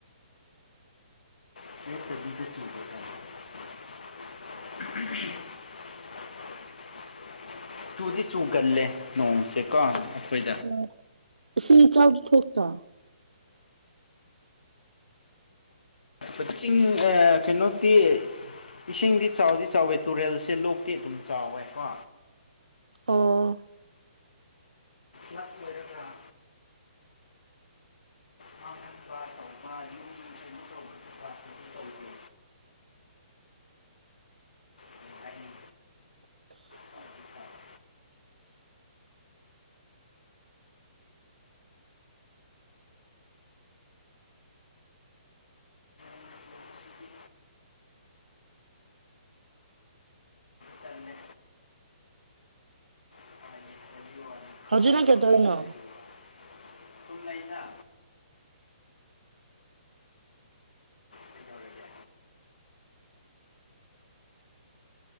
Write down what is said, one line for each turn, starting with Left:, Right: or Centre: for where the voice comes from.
Left: <unintelligible> ꯆꯨꯗꯤ ꯆꯨꯒꯜꯂꯦ ꯅꯣꯡꯁꯦꯀꯣ ꯑꯩꯈꯣꯏꯗ꯫
Right: ꯎꯝ ꯏꯁꯤꯡ ꯏꯆꯥꯎ ꯊꯣꯛꯇ꯭ꯔꫭ꯫
Left: ꯀꯛꯆꯤꯡ ꯀꯩꯅꯣꯗꯤ꯫ ꯏꯁꯤꯡꯗꯤ ꯆꯥꯎꯗꯤ ꯆꯥꯎꯋꯦ ꯇꯨꯔꯦꯜꯁꯦ ꯂꯣꯛꯇꯤ ꯑꯗꯨꯝ ꯆꯥꯎꯋꯦ ꯀꯣ꯫
Right: ꯑꫭ꯫
Left: ꯅꯛ ꯑꯣꯏꯔꯒ ꯈꯟꯕ ꯇꯧꯕ ꯌꯨꯝ ꯌꯨꯝ ꯀꯩꯅꯣ ꯇꯧꯕꯁꯤ ꯇꯧꯒꯦ
Right: <inaudible>
Left: ꯀꯩ ꯍꯥꯏꯅꯤ ꯆꯥꯎꯗꯤ ꯆꯥꯎꯋꯦ ꯅꯣꯡ ꯆꯨꯕꯁꯤꯗꯤ ꯇꯟꯗꯤ ꯇꯜꯂꯦ ꯎꯄꯥꯏ ꯂꯩꯇꯕꯒꯤ ꯋꯥꯅꯤ ꯈꯥꯡꯕ
Right: ꯍꯧꯖꯤꯅ ꯀꯦꯗ
Left: ꯉꯝꯗꯕꯒꯤ
Right: ꯑꯣꯏꯅꯅꯣ
Left: ꯋꯥꯅꯤ ꯁꯨꯝ ꯂꯩꯗ ꯀꯩꯗꯧꯔꯒꯦ